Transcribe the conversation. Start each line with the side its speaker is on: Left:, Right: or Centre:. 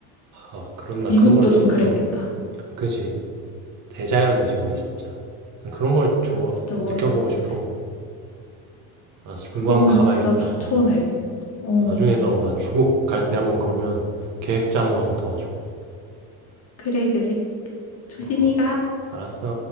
Right: 아, 그럼 난
Left: 미국도
Right: 그런 걸 좀,
Left: 좀 그랬겠다.
Right: 어, 그지. 대자연이지, 거기 진짜. 난 그런 걸 좋아,
Left: 진짜 멋있을
Right: 느껴보고
Left: 것
Right: 싶어.
Left: 같아.
Right: 아, 중국
Left: 그러면
Right: 한번 가봐야겠다.
Left: 진짜 추천해.
Right: 어,
Left: 어,
Right: 어, 나중에 너, 나 중국 갈 때 한번 그러면 계획 짜는 거 한번 도와줘.
Left: 그래, 그래. 조심히
Right: 어,
Left: 가.
Right: 알았어.